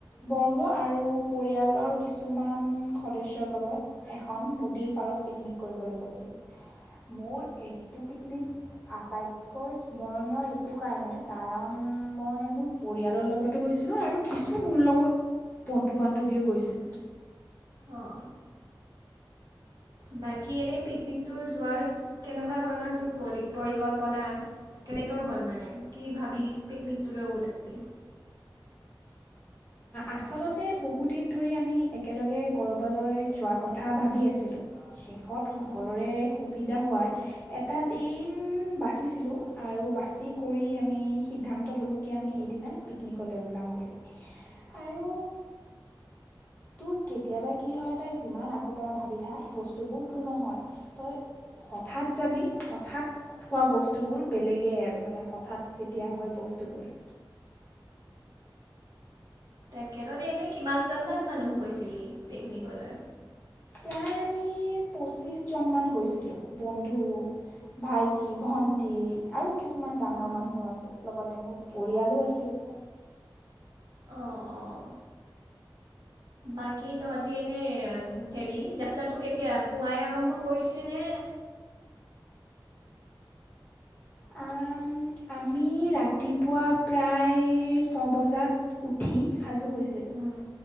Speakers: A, on the left; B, on the right.
A: বৰ্গ আৰু পৰিয়ালৰ কিছুমান সদস্যৰ লগত এখন নদীৰ পাৰত পিকনিক কৰিবলৈ গৈছিলোঁ মোৰ এইটো পিকনিক আটাইতকৈ স্মৰণীয় এইটো কাৰণে কাৰণ উ মই মোৰ পৰিয়ালৰ লগত লগতো গৈছিলোঁ আৰু কিছু মোৰ লগত বন্ধু বান্ধৱীও গৈছিল
B: অঁ বাকী এনেই পিকনিকটো যোৱাৰ কেনেকোৱা ধৰণৰ তোৰ পৰিকল্পনা কেনেকৈ হ'ল মানে কি ভাবি পিকনিক টোলৈ ওলালি
A: আচলতে বহুদিন ধৰি আমি একেলগে কৰ'বালৈ যোৱাৰ কথা ভাবি আছিলোঁ শে ষত
B: ওলালি
A: সকলোৰে সুবি ধা হোৱাৰ এটা দিন বাচিছিলোঁ আৰু বাছি কৰি আমি সিদ্ধান্ত ল'লোঁ কি আমি সেইদিনা পিকনিকলৈ ওলাম বুলি আৰু তোৰ কেতিয়াবা কি হয় তই যিমান আগৰ পৰা ভাবি থাক বস্তু বহুত দূৰ নহয় তই হঠাৎ যাবি হঠাৎ খোৱা বস্তুবোৰ বেলেগেই আৰু মানে হঠাৎ যেতিয়া হয় বস্তুবোৰ
B: তেখেততে এনে কিমান জন মান মানুহ গৈছিলি পিকনিকলৈ
A: প্ৰায় আমি পঁচিছজনমান গৈছিলোঁ বন্ধু ভাইটি ভণ্টি আৰু কিছুমান ডাঙৰ
B: অঁ
A: মানুহো আছিল লগত মোৰ পৰিয়ালো আছিল
B: অঁ অঁ বাকী তহঁতি এনেই হেৰি যাত্ৰাটো কেতিয়া পুৱাই আৰম্ভ কৰিছেনে।
A: আম, আমি ৰাতিপুৱা প্ৰায় ছ বজাত উঠি সাজু হৈছোঁ
B: উম,